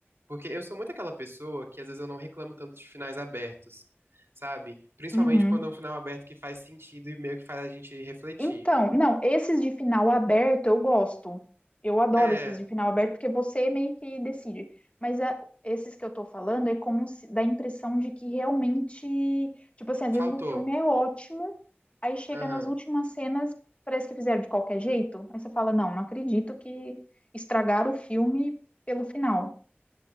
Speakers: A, on the right; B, on the left.
A: Porque eu sou muito aquela pessoa que às vezes eu não reclamo tanto de finais abertos, sabe? Principalmente
B: Uhum.
A: quando é um final aberto que faz sentido e meio que faz a gente refletir.
B: Então, não, esses de final aberto eu gosto. Eu adoro
A: É,
B: esses de final aberto, porque você meio que decide. Mas a- esses que eu tô falando é como se dá a impressão de que realmente, tipo assim, às
A: faltou.
B: vezes o filme é ótimo, aí chega
A: Aham.
B: nas últimas cenas, parece que fizeram de qualquer jeito. Aí você fala, não, não acredito que estragaram o filme pelo final.